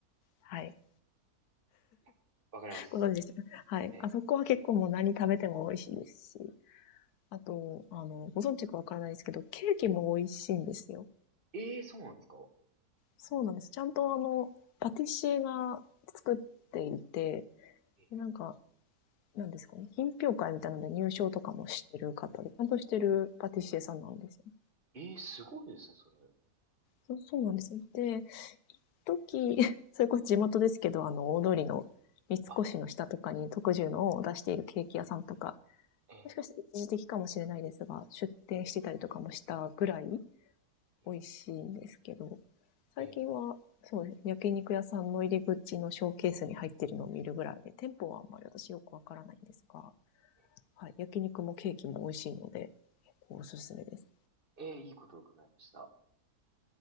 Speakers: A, on the left (about 80°); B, on the right (about 35°).
A: はい。
B: やわかります。
A: ご存知でしたかはい。
B: え、
A: あそこは結構もう何食べても美味しいですし、あと、あの、ご存知かわからないですけど、ケーキも美味しいんですよ。
B: えー、そうなんですか
A: そうなんです。ちゃんとあの、パティシエが作っていて、
B: え、
A: でなんか、なんですかね、品評会みたいなので入賞とかもしてる方で、ちゃんとしてるパティシエさんなんですよね。
B: えー、すごいですね、それ。
A: そうそうなんですよね。で、時、<laughs> それこそ地元ですけど、あの、大通りの三越の下とかに特需のを出しているケーキ屋さんとか、
B: あ、え
A: もしかしたら一時的かもしれないですが、出店してたりとかもしたぐらい
B: ー、
A: 美味しいんですけど、
B: え
A: 最近は、
B: ー、え
A: そうですね、焼肉屋さんの入り口のショーケースに入ってるのを見るぐらいで、店舗はあんまり私よくわからないんですが、
B: ー、え
A: はい。焼肉もケーキも美味しいので、結構おすすめです。
B: ー、えーいいことを伺いました。